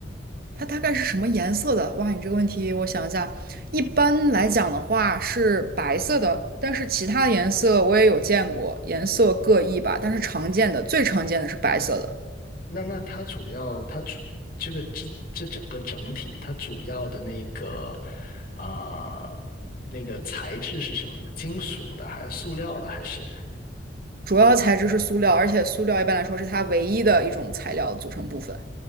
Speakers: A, on the right; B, on the left.
A: 它大概是什么颜色的？哇，你这个问题我想一下，一般来讲的话是白色的，但是其他颜色我也有见过，颜色各异吧。但是常见的，最常见的是白色的，
B: 那那它主要它主这个这这整个整体，它主要的那个啊、呃那个材质是什么呢？金属的还是塑料的还是
A: 主要材质是塑料，而且塑料一般来说是它唯一的一种材料组成部分。